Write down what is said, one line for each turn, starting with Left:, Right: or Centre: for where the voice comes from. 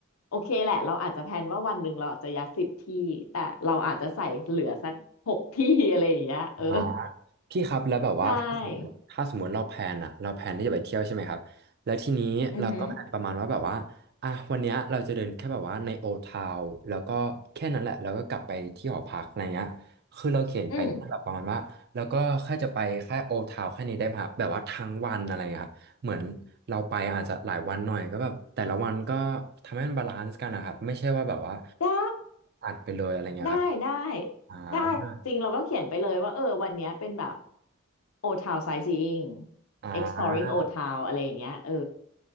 Left: โอเคแหละเราอาจจะแพลนว่าวันหนึ่งเราอาจจะยัดสิบที่แต่เราอาจจะใส่เหลือสักหกที่ <laughs> อะไรอย่างเงี้ยเออ
Right: า พี่ครับแล้วแบบว่าถ้าสมมติถ้าสมมติเราแพลนอะเราแพลนที่จะไปเที่ยวใช่ไหมครับแล้วทีนี้เราก็แพลนประมาณว่าแบบว่าอ่ะวันเนี้ยเราจะเดินแค่แบบว่าในโอทาวแล้วก็แค่นั้นแหละแล้วก็กลับไปที่หอพักอะไรเงี้ยคือเราเขียนไปแค่แบบประมาณว่าแล้วก็แค่จะไปแค่โอทาวแค่นี้ได้ไหมครับแบบว่าทั้งวันอะไรเงี้ยครับเหมือนเราไปอาจจะหลายวันหน่อยก็แบบแต่ละวันก็
Left: ใช่อือหืออืม
Right: ทำให้มันบาลานซ์กันนะครับไม่ใช่ว่าแบบว่า
Left: ได้
Right: อัดไปเลยอะไรเงี้ยครับ
Left: ได้ได้
Right: อ่า
Left: ได้จริงเราก็เขียนไปเลยว่าเออวันเนี้ยเป็นแบบ โอทาวไซซิ่ง
Right: อ่า
Left: exploring โอทาวอะไรอย่างเงี้ยเออ